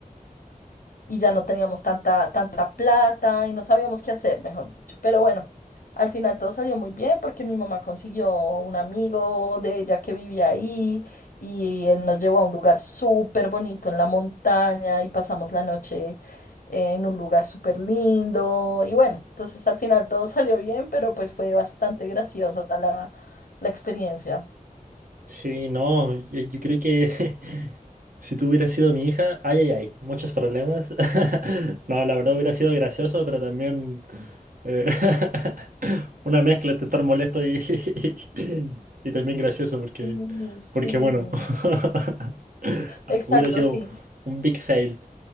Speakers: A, on the left (about 70°); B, on the right (about 70°).
A: y ya no teníamos tanta, tanta plata y no sabíamos qué hacer, mejor dicho. Pero bueno, al final todo salió muy bien porque mi mamá consiguió un amigo de ella que vivía ahí y él nos llevó a un lugar súper bonito en la montaña y pasamos la noche en un lugar súper lindo. Y bueno, entonces al final todo salió bien, pero pues fue bastante graciosa la, la experiencia.
B: Sí, no, yo, yo creo que <laughs> si tú hubieras sido mi hija, ay, ay, ay, muchos problemas. <laughs> No, la verdad hubiera sido gracioso, pero también eh, <laughs> una mezcla entre estar molesto y, <laughs> y también gracioso,
A: Sí,
B: porque,
A: sí,
B: porque bueno, <laughs>
A: exacto,
B: hubiera sido
A: sí.
B: un, un big fail.